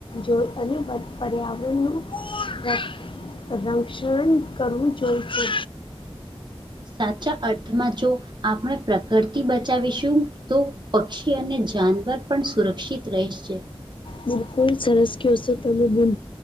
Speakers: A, on the left; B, on the right.
A: જો અને પર્યાવરણનું રક્ષણ કરવું જોઈ છે,
B: સાચા અર્થમાં જો આપણે પ્રકૃતિ બચાવીશું તો, પક્ષી અને જાનવર પણ સુરક્ષિત રહે છે.
A: બિલકુલ સરસ ક્યો સોં તમે બેન,